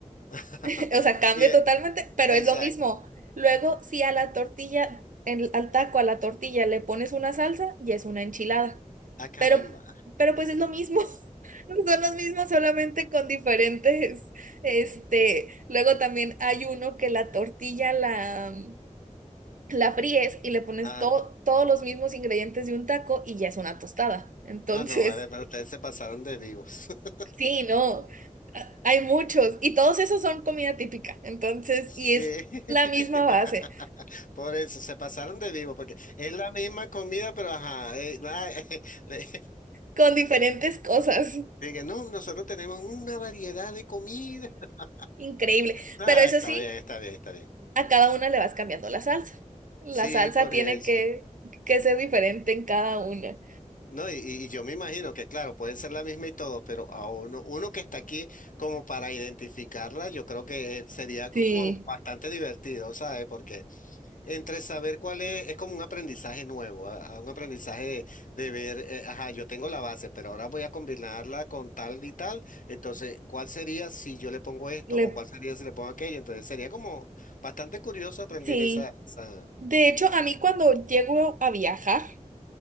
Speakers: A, on the left; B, on the right.
A: <laughs>
B: <laughs> O sea, cambia
A: Y e-
B: totalmente, pero
A: exacto.
B: es lo mismo. Luego, si a la tortilla, en- al taco, a la tortilla le pones una salsa, ya es una enchilada.
A: Ah, caramba.
B: Pero, pero pues es lo mismo. <laughs> Son los mismos, solamente con diferentes, este, luego también hay uno que la tortilla la, la fríes y le pones
A: Ajá.
B: to- todos los mismos ingredientes de un taco y ya es una tostada. Entonces,
A: Ah, no, vale, pero ustedes se pasaron de vivos. <laughs>
B: <laughs> sí, no, a- hay muchos y todos esos son comida típica. Entonces,
A: Sí.
B: y es
A: <laughs>
B: la misma base,
A: Por eso, se pasaron de vivo, porque es la misma comida, pero ajá. eh, ah, <laughs> le-
B: con diferentes cosas.
A: <laughs> Dije, no, nosotros tenemos una variedad de comida. <laughs>
B: Increíble.
A: Ah,
B: Pero eso
A: está
B: sí.
A: bien, está bien, está bien.
B: a cada una le vas cambiando la salsa. La
A: Sí,
B: salsa
A: por
B: tiene
A: eso.
B: que, que ser diferente en cada una.
A: No, y, y yo me imagino que, claro, puede ser la misma y todo, pero a uno, uno que está aquí como para identificarla, yo creo que eh, sería como
B: Sí.
A: bastante divertido, ¿sabes? Porque Entre saber cuál es, es como un aprendizaje nuevo, a- a un aprendizaje de, de ver, eh, ajá, yo tengo la base, pero ahora voy a combinarla con tal y tal, entonces, ¿cuál sería si yo le pongo esto
B: Le-
A: o cuál sería si le pongo aquello? Entonces, sería como bastante curioso aprender
B: sí.
A: esa, esa,
B: De hecho, a mí cuando llego a viajar,